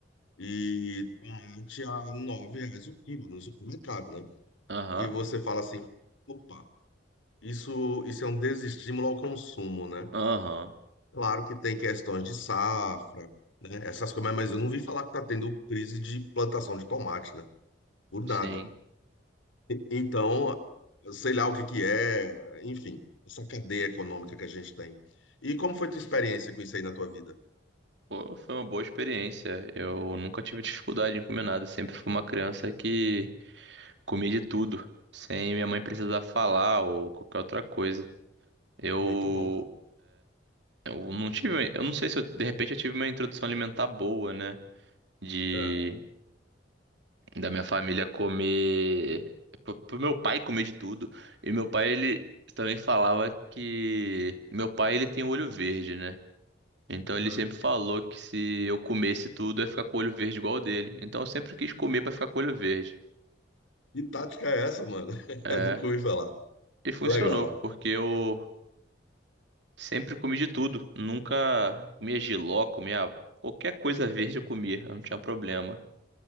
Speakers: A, on the left (about 90°); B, on the right (about 65°).
A: e tomate a 9 reais o quilo no supermercado, né?
B: Aham.
A: E você fala assim, opa, isso, isso é um desestímulo ao consumo, né?
B: Aham.
A: Claro que tem questões de safra, né? Essas coisas, mas eu não vi falar que tá tendo crise de plantação de tomate, né? Por nada.
B: Sim.
A: Então, sei lá o que que é, enfim, essa cadeia econômica que a gente tem. E como foi tua experiência com isso aí na tua vida?
B: Pô, foi uma boa experiência. Eu nunca tive dificuldade em comer nada. Sempre fui uma criança que comia de tudo, sem minha mãe precisar falar ou qualquer outra coisa. Eu,
A: Muito bom,
B: eu não tive, eu não sei se eu, de repente eu tive uma introdução alimentar boa, né? De
A: cara.
B: da minha família comer, pro pro meu pai comer de tudo. E meu pai, ele também falava que meu pai ele tem o olho verde, né? Então ele
A: É. Uhum.
B: sempre falou que se eu comesse tudo, eu ia ficar com o olho verde igual o dele. Então eu sempre quis comer pra ficar com o olho verde.
A: Que tática é essa, mano? <laughs>
B: É,
A: Eu Nunca ouvi falar.
B: e funcionou,
A: Legal.
B: porque eu sempre comi de tudo. Nunca comia jiló, comia qualquer coisa verde eu comia, eu não tinha problema.